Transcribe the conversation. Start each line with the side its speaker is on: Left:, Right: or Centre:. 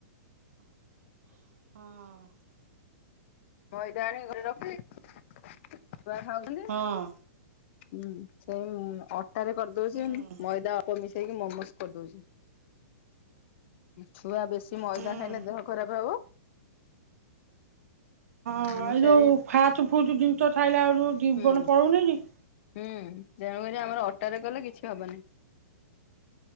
Right: ହଁ।
Left: ମଇଦା ଆଣି କରି ରଖି ଛୁଆ ଖାଉଛନ୍ତି।
Right: ହଁ
Left: ହୁଁ ସେଇ ଅଟା ରେ କରିଦଉଛି
Right: ହୁଁ
Left: ମଇଦା ଅଳ୍ପ ମିଶେଇକି ମୋମୋଜ କରିଦଉଛି ଛୁଆ ବେଶି ମଇଦା
Right: ହୁଁ
Left: ଖାଇଲେ ଦେହ ଖରାପ ହବ।
Right: ହଁ,
Left: ମୁଁ
Right: ଏଇ
Left: ସେଇ
Right: ଯୋଉ ଫାଛ୍ ଫୁଛ୍ ଜିନିଛ ଥାଇଲା ରୁ ଜୀବନ
Left: ହୁଁ
Right: ପଳଉନାଇଁ କି!
Left: ହୁଁ, ତେଣୁକରି ଆମର ଅଟାରେ କଲେ କିଛି ହବନି।